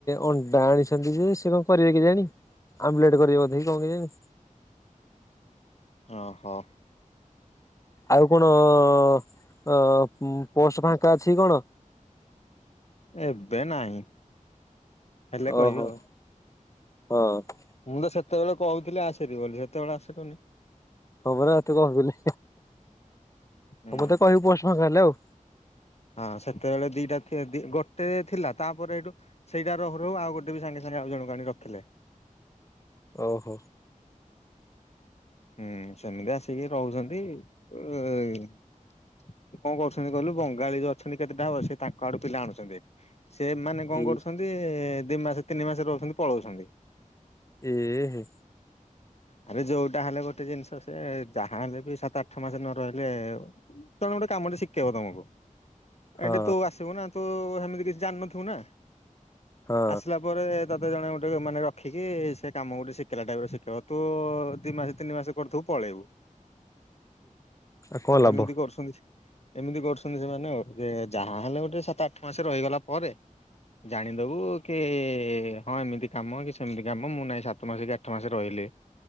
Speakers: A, on the left (about 25°); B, on the left (about 50°).
A: ଅଣ୍ଡା ଆଣିଛନ୍ତି ଯେ ସେ କଣ କରିବେ କେଜାଣି ଆମଲେଟ କରିବେ ବୋଧେ କି କଣ କେଜାଣି।
B: ଓହୋ।
A: ଆଉ କଣ ଅ ପୋଷ୍ଟ ଫାଙ୍କା ଅଛି କି କଣ?
B: ଏବେ ନାହିଁ। ହେଲେ
A: ଓହୋ
B: କହିବି ଆଉ।
A: ହଁ।
B: ମୁଁ ତ ସେତେବେଳେ କହୁଥିଲି ଆସ ହାରି ବୋଲି ସେତେବେଳେ ଆସିଲୁନି।
A: ହଁ ପରା ତତେ କହୁଥିଲି।
B: ହୁଁ
A: ମତେ କହିବୁ ପୋଷ୍ଟ୍ ଫୋଷ୍ଟ ଆସି ହ୍ୟାଲୋ।
B: ହଁ ସେତେବେଳେ ଦିଟା ଦି ଗୋଟେ ଥିଲା ତାପରେ ଏଇଠୁ ସେଇଟା ରହୁ ରହୁ ଆଉ ଗୋଟେ ବି ସାଙ୍ଗେ ସାଙ୍ଗେ ଆଉ ଜଣକୁ ଆଣି ରଖିଲେ।
A: ଓହୋ।
B: ହୁଁ ସେମିତି ଆସିକି ରହୁଛନ୍ତି। କଣ କରୁଛନ୍ତି କହିଲୁ ବଙ୍ଗାଳୀ ଯୋଉ ଅଛନ୍ତି କେତେଟାବ ସେ ତାଙ୍କ ଆଡୁ ପିଲା ଆଣୁଛନ୍ତି। ସେମାନେ କଣ
A: ଏ
B: କରୁଛନ୍ତି ଦି ମାସ ତିନି ମାସ ରହୁଛନ୍ତି ପଳଉଛନ୍ତି।
A: ଏ ହେ ହେ।
B: ଆରେ ଯୋଉଟା ହେଲେ ଗୋଟେ ଜିନିଷ ସେ ଯାହା ହେଲେ ବି ସାତ ଆଠ ମାସ ନ ରହିଲେ ଜଣେ ଗୋଟେ କାମଟେ ଶିଖେଇବ ତମକୁ
A: ହଁ
B: ଏଠି ତୁ ଆସିବୁ ନା ତୁ ହେମିତି କିଛି ଜାଣିନଥିବୁ ନା।
A: ହଁ
B: ଆସିଲା ପରେ ତତେ ଜଣେ ଗୋଟେ ମାନେ ରଖିକି ସେ କାମ ଗୋଟେ ଶିଖିଲା ଟାଇପ୍ ର ଶିଖେଇବ। ତୁ ଦି ମାସ ତିନି ମାସ କରିଥିବୁ ପଳେଇବୁ।
A: ଆଉ କଣ ଲାଭ
B: ଏମିତି କରୁଛନ୍ତି ଏମିତି କରୁଛନ୍ତି ସେମାନେ ଆଉ। ଯେ ଯାହା ହେଲେ ଗୋଟେ ସାତ ଆଠ ମାସରେ ରହିଗଲା ପରେ ଜାଣିଦବୁ କି ହଁ ଏମିତି କାମ କି ସେମିତି କାମ ମୁଁ ନାଇଁ ସାତ ମାସ କି ଆଠ ମାସରେ ରହିଲି।